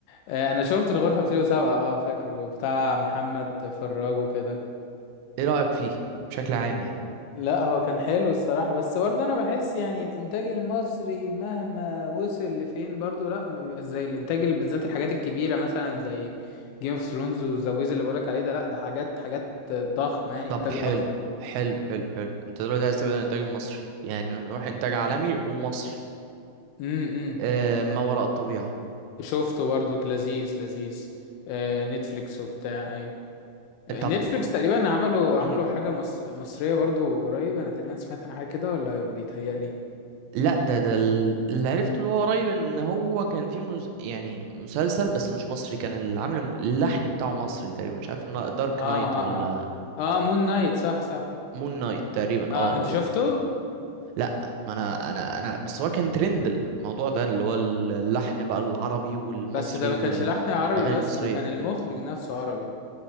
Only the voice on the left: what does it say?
آه، انا شفت الغرفه 207 اه فاكره بتاع محمد فراج وكده
لا هو كان حلو الصراحه بس برضه انا بحس يعني الانتاج المصري مهما وصل لفين برضه لا ما بيبقاش زي الانتاج ال- بالذات الحاجات الكبيره مثلا زي جيم اوف ثرونز وذا بويز اللي بقولك عليه ده لا ده حاجات حاجات ضخمه يعني
انتاج
ضخم
امم
شفته برضو لذيذ لذيذ آه نتفليكس وبتاع ايوه آه،
نتفليكس تقريبا عملوا عملوا
حاجة مص... مصرية برضو قريب انا تقريبا سمعت عن حاجة كده ولا بيتهيألي
اه
اه اه اه مون نايت صح صح
اه
انت
شفته
بس ده ما
كانش لحن عربي بس
ده كان المخرج نفسه عربي